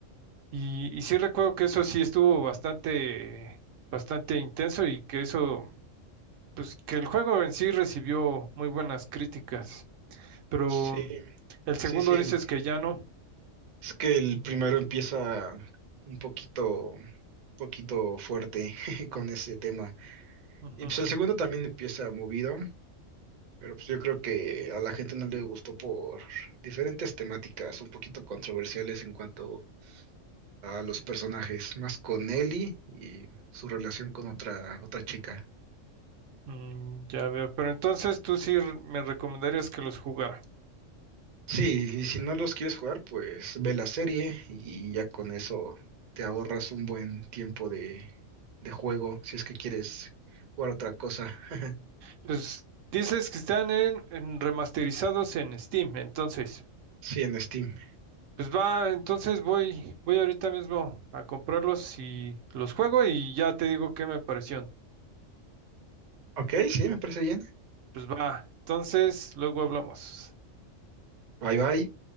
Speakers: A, on the right; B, on the right.
A: Y, y sí recuerdo que eso sí estuvo bastante, bastante intenso y que eso, pues que el juego en sí recibió muy buenas críticas. Pero
B: Sí,
A: el segundo
B: sí, sí.
A: dices que ya no.
B: Es que el primero empieza un poquito, un poquito fuerte <laughs> con ese tema.
A: Ujú.
B: Y pues el segundo también empieza movido, pero pues yo creo que a la gente no le gustó por diferentes temáticas un poquito controversiales en cuanto a los personajes, más con Ellie y su relación con otra, otra chica.
A: Mm, ya veo. Pero entonces tú sí r- me recomendarías que los jugara.
B: Sí, y si no los quieres jugar, pues ve la serie y ya con eso te ahorras un buen tiempo de, de juego si es que quieres jugar otra cosa. <laughs>
A: Pues dices que están en, en remasterizados en Steam, entonces,
B: Sí, en Steam.
A: pues va, entonces voy, voy ahorita mismo a comprarlos y los juego y ya te digo qué me pareció.
B: Ok, sí, me parece bien.
A: Pues va, entonces luego hablamos.
B: Bye bye.